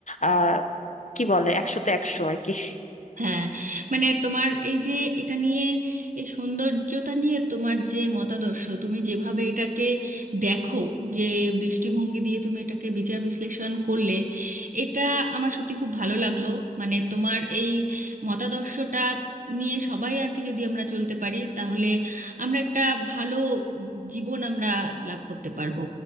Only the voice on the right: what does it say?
হ্যাঁ মানে তোমার এই যে এটা নিয়ে এই সৌন্দর্যতা নিয়ে তোমার যে মতাদর্শ তুমি যেভাবে এটাকে দেখো যে দৃষ্টিভঙ্গি দিয়ে তুমি এটাকে বিচার বিশ্লেষণ করলে এটা আমার সত্যি খুব ভালো লাগলো মানে তোমার এই মতাদর্শটা নিয়ে সবাই আর কি যদি আমরা চলতে পারি তাহলে আমরা একটা ভালো জীবন আমরা লাভ করতে পারবো